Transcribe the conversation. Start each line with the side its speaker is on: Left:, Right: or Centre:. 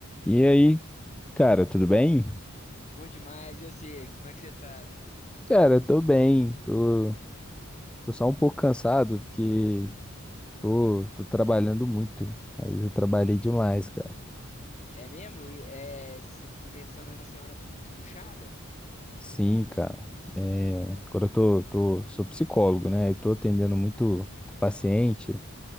Centre: E aí, cara, tudo bem?
Left: Bom demais, eu sei. Como é que você tá, velho?
Centre: Cara, eu tô bem, tô, tô só um pouco cansado porque tô, tô trabalhando muito. Aí eu já trabalhei demais, cara.
Left: É mesmo? E, é, se- começando a minha semana muito puxada?
Centre: Sim, cara. É, agora eu tô, tô, sou psicólogo, né? Eu tô atendendo muito paciente.